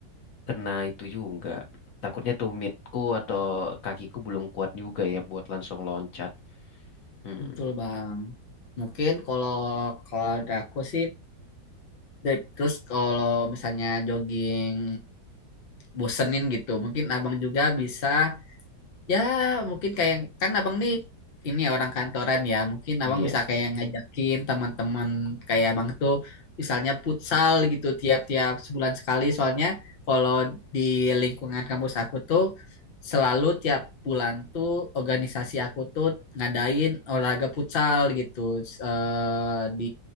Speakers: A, on the left; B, on the left.
A: kena itu juga. Takutnya tumitku atau kakiku belum kuat juga ya buat langsung loncat. Hmm.
B: betul bang mungkin kalau kalau dari aku sih Dep- Terus kalau misalnya jogging bosenin gitu, mungkin abang juga bisa Ya, mungkin kayak kan abang nih ini ya orang kantoran ya. Mungkin
A: Iya,
B: abang bisa kayak ngajakin teman-teman kayak abang tuh misalnya futsal gitu tiap-tiap sebulan sekali. Soalnya kalau di lingkungan kampus aku tuh selalu tiap bulan tuh organisasi aku tuh ngadain olahraga futsal gitu s- eh, di